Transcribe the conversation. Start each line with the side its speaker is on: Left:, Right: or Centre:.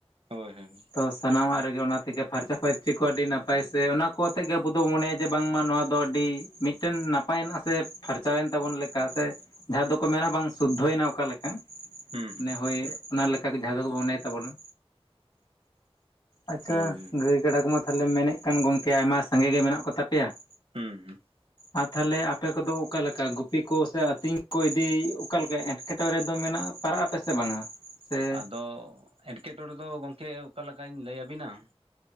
Right: ᱦᱳᱭ ᱦᱳᱭ ᱾
Left: ᱛᱚ ᱥᱟᱱᱟᱢᱟᱜ ᱨᱮᱜᱮ ᱚᱱᱟ ᱛᱮᱜᱮ ᱯᱷᱟᱨᱪᱟ ᱯᱷᱟᱨᱪᱤ ᱠᱚ ᱟᱹᱰᱤ ᱱᱟᱯᱟᱭ ᱥᱮ ᱚᱱᱟ ᱠᱚ ᱟᱛᱮ ᱜᱮ ᱟᱵᱚ ᱫᱚ ᱢᱚᱱᱮᱭᱟ ᱡᱮ ᱵᱟᱝᱢᱟ ᱱᱚᱣᱟ ᱫᱚ ᱟᱹᱰᱤ ᱾ ᱢᱤᱫᱴᱮᱱ ᱱᱟᱯᱟᱭᱮᱱᱟ ᱥᱮ ᱯᱷᱟᱨᱪᱟᱣᱮᱱ ᱛᱟᱵᱚᱱ ᱞᱮᱠᱟ ᱛᱮ ᱡᱟᱦᱟᱸ ᱫᱚᱠᱚ ᱢᱮᱱᱟ ᱵᱟᱝ ᱥᱩᱫᱽᱫᱷᱚᱭᱮᱱᱟ ᱚᱠᱟ ᱞᱮᱠᱟ᱾
Right: ᱦᱩᱸ
Left: ᱢᱚᱱᱮ ᱦᱳᱭ ᱚᱱᱟ ᱞᱮᱠᱟ ᱡᱟᱦᱟᱸ ᱫᱚᱠᱚ ᱢᱚᱱᱮ ᱛᱟᱵᱚᱱᱟ᱾ ᱟᱪᱪᱷᱟ
Right: ᱦᱳᱭ
Left: ᱜᱟᱹᱭ ᱠᱟᱰᱟ ᱠᱚᱢᱟ ᱛᱟᱦᱚᱞᱮᱢ ᱢᱮᱱᱮᱫ ᱠᱟᱱ ᱜᱚᱝᱠᱮ ᱟᱭᱢᱟ ᱥᱟᱸᱜᱮ ᱜᱮ ᱢᱮᱱᱟᱜ ᱠᱚ ᱛᱟᱯᱮᱭᱟ ᱾
Right: ᱦᱩᱸ ᱦᱩᱸ ᱾
Left: ᱟᱨ ᱛᱟᱦᱚᱞᱮ ᱟᱯᱮ ᱠᱚᱫᱚ ᱚᱠᱟ ᱞᱮᱠᱟ ᱜᱩᱯᱤ ᱠᱚ ᱥᱮ ᱟᱹᱛᱤᱧ ᱠᱚ ᱤᱫᱤ ᱚᱠᱟ ᱞᱮᱠᱟ ᱮ ᱴᱠᱮᱴᱚᱬᱮ ᱫᱚ ᱢᱮᱱᱟᱜᱼᱟ ᱯᱟᱲᱟᱜ ᱟᱯᱮ ᱥᱮ ᱵᱟᱝᱟ? ᱥᱮ
Right: ᱟᱫᱚ ᱮᱴᱠᱮᱴᱚᱬᱮ ᱫᱚ ᱜᱚᱝᱠᱮ ᱚᱠᱟ ᱞᱮᱠᱟᱧ ᱞᱟᱹᱭ ᱟᱵᱤᱱᱟ ᱾